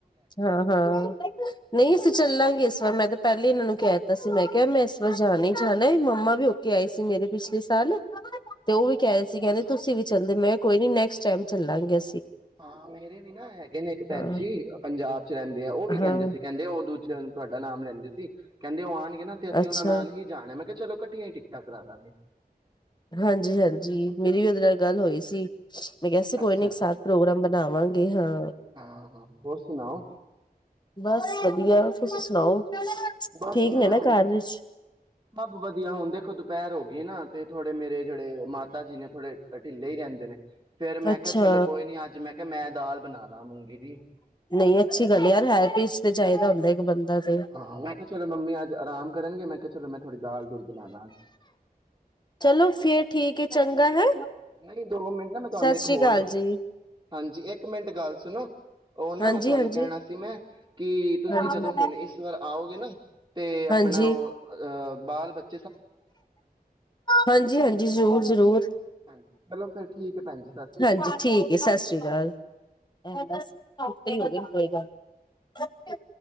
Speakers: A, on the left; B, on the right.
A: ਹਾਂ ਹਾਂ ਨਹੀਂ ਅਸੀਂ ਚੱਲਾਂਗੇ ਇਸ ਵਾਰ ਮੈਂ ਤਾਂ ਪਹਿਲੇ ਹੀ ਇਹਨਾਂ ਨੂੰ ਕਹਿ ਦਿੱਤਾ ਸੀ ਮੈਂ ਕਿਹਾ ਮੈਂ ਇਸ ਵਾਰ ਜਾਣਾ ਹੀ ਜਾਣਾ ਮੰਮਾ ਵੀ ਹੋਕੇ ਆਏ ਸੀ ਮੇਰੇ ਪਿਛਲੇ ਸਾਲ ਤੇ ਉਹ ਵੀ ਕਹਿ ਰ ਸੀ ਕਹਿੰਦੇ
B: ਅੱਛਾ-ਅੱਛਾ
A: ਤੁਸੀਂ ਵੀ ਚੱਲਦੇ ਮੈਂ ਕਿਹਾ ਕੋਈ ਨੀ ਨੈਕਟ ਟਾਈਮ ਚੱਲ ਗੈ
B: ਹਾਂ ਮੇਰੇ ਵੀ ਨਾ ਹੈਗੇ ਨੇ ਇੱਕ ਭੈਣ
A: ਹਾਂ
B: ਜੀ ਪੰਜਾਬ ਰਹਿੰਦੇ ਆ ਉਹ ਵੀ ਕਹਿੰਦੇ
A: ਹਾਂ
B: ਸੀ ਕਹਿੰਦੇ ਉਹ ਦੂਜੇ ਤੁਹਾਡਾ ਨਾਮ ਲੈਂਦੇ ਸੀ ਕਹਿੰਦੇ ਉਹ ਆ ਨਹੀਂ ਨਾ ਤੇ ਅਸੀਂ
A: ਅੱਛਾ
B: ਉਹਨਾਂ ਨਾਲ ਹੀ ਜਾਣੇ ਮੈਂ ਕਿਹਾ ਚਲੋ ਘੱਠਆ ਹੀ ਟਿਕਟਾਂ ਕਰਾ ਦਾਂਗੇ
A: ਹਾਂਜੀ ਹਾਂਜੀ ਮੇਰੀ ਵੀ ਉਹਦੇ ਨਾਲ ਗੱਲ ਹੋਈ ਸੀ ਮੈਂ ਕਿਹਾ ਸੀ ਕੋਈ
B: ਅੱਛਾ
A: ਨੀ ਇੱਕ
B: ਅੱਛਾ
A: ਸਾਥ ਪ੍ਰੋਗਰਾਮ ਬਣਾਵਾਂਗੇ ਹਾਂ
B: ਹਾਂ ਹਾਂ ਹੋਰ ਸੁਣਾਓ
A: ਬਸ ਵਧੀਆ ਤੁਸੀ ਸੁਣਾਓ
B: ਬਸ
A: ਠੀਕ
B: ਮੈਂ
A: ਨੇ ਨਾ
B: ਹੁਣਾ
A: ਘਰ ਵਿੱਚ
B: ਸਭ ਵਧੀਆ ਹੁਣ ਦੇਖੋ ਦੁਪਹਿਰ ਹੋ ਗਈ ਨਾ ਅਤੇ ਥੋੜੇਰੇਿਹੜੇ ਮਾਤਾ ਜੀ ਨੇ ਥੋੜੇ ਢਿੱਲੇ ਹੀ ਰਹਿੰਦੇ ਨੇ ਫੇਰ ਮੈਂ
A: ਅੱਛਾ
B: ਕਿਹਾ ਚਲੋ ਕੋਈ ਨੀ ਅੱਜ ਮੈਂ ਕਿਹਾ ਮੈਂ ਦਾਲ ਬਣਾ ਲਾ ਮੂੰਗੀ ਦੀ
A: ਨਹੀਂ ਅੱਛੀ ਗੱਲ ਯਾਰ ਹੈਰ ਪੀਜ ਤੇ ਚਾਹੀਦਾ ਹੁੰਦਾ ਬੰਦਾ ਤੇ
B: ਹਾਂ ਮੈਂ ਕਿਹਾ ਚਲੋ ਮੰਮੀ ਅੱਜ ਆਰਾਮ ਕਰਨਗੇ ਮੈਂ ਕਿਹਾ ਚਲੋ ਮੈਂ ਥੋੜ੍ਹੀ ਦਾਲ ਦੂਲ ਬਣਾ ਲਾਂ ਅੱਜ
A: ਚਲੋ ਫੇਰ ਠੀਕ ਹੈ ਚੰਗਾ ਹੈ
B: ਨਹੀਂ ਦੋੋ ਮਿੰਟ ਨਾ ਮੈਂਕਾਨ
A: ਸਤਿ
B: ਇੱਕ
A: ਸ੍ਰੀ
B: ਹੋਰ
A: ਅਕਾਲ ਜੀ
B: ਹਾਂਜੀ ਇੱਕ ਮਿੰਟ ਗੱਲ ਸੁਣੋ ਉਹ ਨਾ
A: ਹਾਂਜੀ
B: ਤੁਹਾਨੂੰ
A: ਹਾਂਜੀ
B: ਕਹਿਣਾ ਸੀ ਮੈਂ ਕਿ ਤੁਸੀਂ
A: ਹਾਂਜੀ
B: ਜਦੋਂ ਹੁਣ ਇਸ ਵਾਰ ਆਓਗੇ ਨਾ ਤੇ ਆਪਣਾ
A: ਹਾਂਜੀ
B: ਅਹ ਬਾਲ ਬ
A: ਹਾਂਜੀ ਹਾਂਜੀ ਜ਼ਰੂਰ ਜ਼ਰੂਰ
B: ਹਾਂਜੀ। ਚਲੋ ਫਿਰ ਠੀਕ ਹੈ ਭੈਣ ਜੀ ਸਤਿ ਸ਼੍ਰੀ ਅਕਾਲ।
A: ਹਾਂਜੀ ਠੀਕ ਹੈ ਸਤਿ ਸ੍ਰੀ ਅਕਾਲ ਹੋ ਕੋਈ ਗੱਲ ਨਹੀਂ